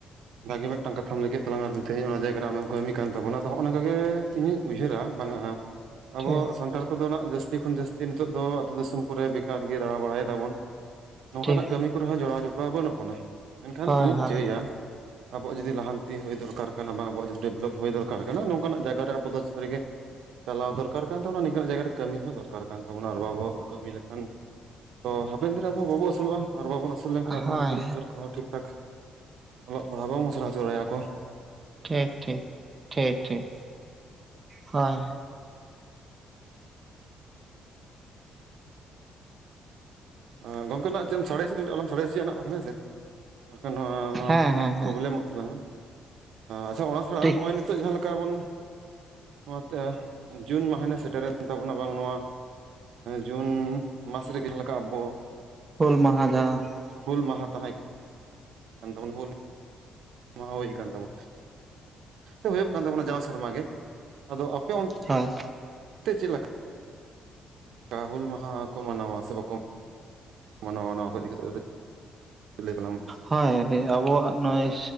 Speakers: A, on the right; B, on the right.
A: ᱵᱷᱟᱜᱮ ᱢᱤᱫᱴᱟᱝ ᱠᱟᱛᱷᱟᱢ ᱞᱟᱹᱭ ᱠᱮᱫ ᱛᱟᱞᱟᱝ ᱟᱨ ᱛᱮᱦᱮᱧ ᱚᱱᱟ ᱡᱟᱭᱜᱟ ᱨᱮ ᱟᱢᱮᱢ ᱠᱟᱹᱢᱤ ᱠᱟᱱ ᱛᱟᱵᱟᱱᱟ ᱟᱫᱚ ᱱᱚᱜᱼ ᱱᱚᱝᱠᱟ ᱜᱮ ᱤᱧᱤᱡ ᱩᱭᱦᱟᱹᱨᱟ ᱵᱟᱝᱼᱟ, ᱟᱵᱚ
B: ᱴᱷᱤᱠ
A: ᱥᱟᱱᱛᱟᱲ ᱠᱚᱫᱚ ᱱᱟᱜ ᱡᱟᱹᱥ ᱡᱟᱹᱥᱛᱤ ᱠᱷᱚᱱ ᱡᱟᱹᱥᱛᱤ ᱱᱤᱛᱚᱜ ᱫᱚ ᱟᱹᱛᱩ ᱫᱤᱥᱚᱢ ᱠᱚᱨᱮ ᱵᱮᱠᱟᱨ ᱜᱮ ᱫᱟᱬᱟ ᱵᱟᱲᱟᱭ ᱫᱟᱵᱚᱱ ᱱᱚᱝᱠᱟᱱᱟᱜ
B: ᱴᱷᱤᱠ
A: ᱠᱟᱹᱢᱤ ᱠᱚᱨᱮ ᱦᱚᱸ ᱡᱚᱲᱟᱣ ᱡᱚᱯᱲᱟᱣ ᱵᱟᱹᱱᱩᱜ ᱵᱚᱱᱟ, ᱢᱮᱱᱠᱷᱟᱱ
B: ᱦᱳᱭ
A: ᱤᱧᱤᱧ
B: ᱦᱳᱭ
A: ᱪᱟᱹᱭᱟ ᱟᱵᱚᱣᱟᱜ ᱡᱩᱫᱤ ᱞᱟᱦᱟᱱᱛᱤ ᱦᱳᱭ ᱫᱚᱨᱠᱟᱨ ᱠᱟᱱᱟ ᱵᱟᱝ ᱟᱵᱚᱣᱟᱜ ᱡᱩᱫᱤ ᱰᱮᱵᱞᱚᱯ ᱦᱳᱭ ᱫᱚᱨᱠᱟᱨ ᱠᱟᱱᱟ ᱱᱚᱝᱠᱟᱱᱟᱜ ᱡᱟᱭᱜᱟ ᱨᱮ ᱟᱵᱚ ᱫᱚ ᱥᱟᱹᱨᱤ ᱜᱮ ᱪᱟᱞᱟᱣ ᱫᱚᱨᱠᱟᱨ ᱠᱟᱱ ᱛᱟᱵᱚᱱᱟ ᱱᱤᱝᱠᱟ ᱱᱟᱜ ᱡᱟᱭᱜᱟ ᱨᱮ ᱠᱟᱹᱢᱤ ᱦᱚᱸ ᱫᱚᱨᱠᱟᱨ ᱠᱟᱱ ᱛᱟᱵᱚᱱᱟ ᱟᱨ ᱵᱟᱵᱚ ᱠᱟᱹᱢᱤ ᱞᱮᱠᱟᱱ ᱛᱚ ᱦᱟᱯᱮᱱ ᱫᱤᱱ ᱨᱮ ᱟᱵᱚ ᱵᱟᱵᱚ ᱟᱹᱥᱩᱞᱚᱜᱼᱟ ᱟᱨ ᱵᱟᱵᱚᱱ ᱟᱹᱥᱩ ᱟᱹᱥᱩᱞ ᱞᱮᱱᱠᱷᱟᱱ ᱟᱵᱚᱨᱮᱱ
B: ᱦᱳᱭ
A: ᱜᱤᱫᱟᱹᱨ ᱯᱤᱫᱟᱹᱨ ᱠᱚᱦᱚᱸ ᱴᱷᱤᱠ ᱴᱷᱟᱠ ᱚᱞᱚᱜ ᱯᱟᱲᱦᱟᱜ ᱵᱟᱝᱵᱚᱱ ᱥᱮᱬᱟ ᱦᱚᱪᱚ ᱫᱟᱲᱮᱭᱟ ᱠᱚᱣᱟ
B: ᱴᱷᱤᱠ ᱴᱷᱤᱠ ᱴᱷᱤᱠ ᱴᱷᱤᱠ ᱦᱳᱭ
A: ᱟ ᱜᱚᱝᱠᱮ ᱱᱟᱜ ᱪᱮᱫ ᱥᱟᱲᱮ ᱦᱚᱪᱚ ᱮᱫᱟ ᱟᱞᱟᱢ ᱥᱟᱲᱮᱥ ᱦᱚᱪᱟᱭᱟ ᱦᱮᱸ ᱥᱮ ᱵᱟᱠᱷᱟᱱ ᱱᱚᱣᱟ ᱦᱚᱸ
B: ᱦᱮᱸ ᱦᱮᱸ
A: ᱯᱨᱚᱵᱞᱮᱢᱚᱜ
B: ᱦᱮᱸ
A: ᱛᱟᱞᱟᱝᱟ ᱟᱪᱪᱷᱟ ᱚᱱᱟ ᱪᱷᱟᱲᱟ,
B: ᱴᱷᱤᱠ
A: ᱱᱚᱜᱼᱚᱭ ᱱᱤᱛᱚᱜ ᱡᱟᱦᱟᱸ ᱞᱮᱠᱟ ᱵᱚᱱ ᱱᱚᱛᱮ ᱡᱩᱱ ᱢᱟᱦᱟ ᱥᱮᱴᱮᱨᱮᱱ ᱛᱟᱵᱚᱱᱟ, ᱵᱟᱝ ᱱᱚᱣᱟ ᱡᱩᱱ ᱢᱟᱥ ᱨᱮᱜᱮ ᱡᱟᱦᱟᱸ ᱞᱮᱠᱟ ᱟᱵᱚ,
B: ᱦᱩᱞ ᱢᱟᱦᱟ ᱡᱟᱦᱟᱸ
A: ᱦᱩᱞ ᱢᱟᱦᱟ ᱛᱟᱦᱮᱸ ᱠᱟᱱ ᱛᱟᱵᱟᱱᱟ, ᱦᱩᱞ ᱢᱟᱦᱟ ᱦᱳᱭ ᱠᱟᱱ ᱛᱟᱵᱚᱱᱟ, ᱥᱮ ᱦᱳᱭᱳᱜ ᱠᱟᱱ ᱛᱟᱵᱚᱱᱟ, ᱡᱟᱣ ᱥᱮᱨᱢᱟ ᱜᱮ, ᱟᱫᱚ ᱟᱯᱮ ᱚᱱ
B: ᱦᱟᱸ,
A: ᱛᱮ ᱪᱮᱫ ᱞᱮᱠᱟ ᱠᱟ ᱦᱩᱞ ᱢᱟᱦᱟ ᱠᱚ ᱢᱟᱱᱟᱣᱟ, ᱥᱮ ᱵᱟᱠᱚ ᱢᱟᱱᱟᱣᱟ, ᱱᱚᱶᱟ, ᱠᱚ ᱤᱫᱤ ᱠᱟᱛᱮᱜ ᱠᱟᱹᱴᱤᱡ ᱞᱟᱹᱭ ᱛᱟᱞᱟᱝ ᱢᱮ, ᱢᱟ?
B: ᱦᱳᱭ ᱟᱵᱚᱣᱟᱜ ᱱᱚᱜᱼᱚᱭ,